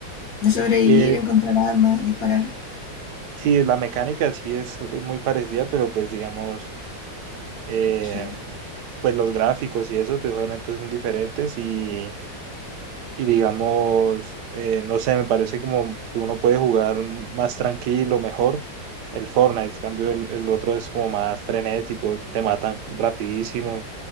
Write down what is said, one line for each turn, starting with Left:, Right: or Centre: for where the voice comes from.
Left: de sobrevivir,
Right: Eh,
Left: encontrar armas, disparar.
Right: sí, la mecánica sí es muy parecida, pero pues digamos, eh,
Left: Ya.
Right: pues los gráficos y eso, pues obviamente son diferentes y y digamos, eh, no sé, me parece como que uno puede jugar más tranquilo, mejor el Fortnite, en cambio el, el otro es como más frenético, te matan rapidísimo